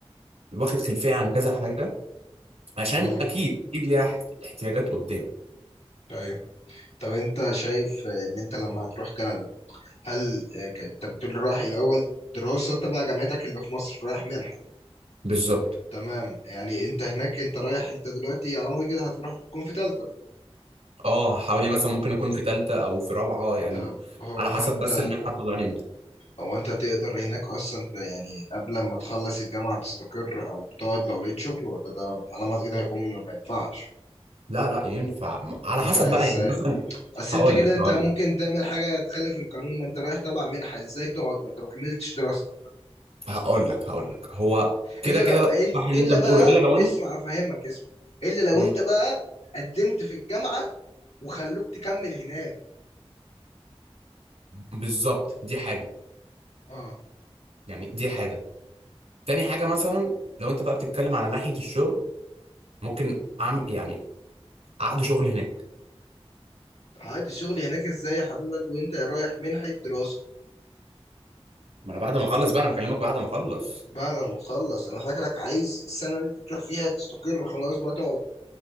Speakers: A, on the right (about 80°); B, on the left (about 90°).
A: واخد خلفية عن كذا حاجة عشان
B: امم
A: أكيد أكيد ليها احت- احتياجات قدام
B: ايوه طب انت شايف آه، ان انت لما هتروح كندا هل آه، ك- انت بتقول رايح الاول دراسة تبع جامعتك اللي في مصر رايح منحة
A: بالظبط
B: تمام يعني انت هناك انت رايح انت دلوقتي على ما كده هتروح تكون في تالتة
A: أه حوالي مثلا ممكن أكون في تالتة أو في رابعة يعني
B: طب هو
A: على حسب
B: انت
A: بس المنحة بتطلعني إمتى
B: هو انت تقدر هناك اصلا ت- يعني قبل ما تخلص الجامعة تستقر او تقعد لو لقيت شغل ولا ده على ما كده هيكون ما ينفعش
A: لا لا ينفع على
B: ينفع
A: حسب بقى
B: ازاي
A: يعني مثلا
B: اصل
A: هقول
B: انت كده
A: لك
B: انت
A: هقول
B: ممكن
A: لك
B: تعمل حاجة تخالف القانون ما انت رايح تبع منحة ازاي تقعد ما انت ما كملتش دراستك
A: هقول لك هقول لك هو كده
B: الا
A: كده
B: لو
A: صح اللي
B: الا
A: أنت بتقوله
B: بقى
A: إلا لو أنا
B: اسمع افهمك اسمع الا لو
A: مم،
B: انت بقى قدمت في الجامعه وخلوك تكمل هناك
A: بالظبط دي حاجة
B: اه
A: يعني دي حاجة تاني حاجة مثلا لو انت بقى بتتكلم على ناحية الشغل ممكن اعمل يعني عقد شغل هناك
B: عادي الشغل هناك ازاي يا حبيب قلبي وانت رايح منحه دراسه
A: ما انا بعد ما اخلص بقى انا بكلمك بعد ما اخلص
B: بعد ما تخلص انا فاكرك عايز السنه اللي انت تروح فيها تستقر خلاص بقى تقعد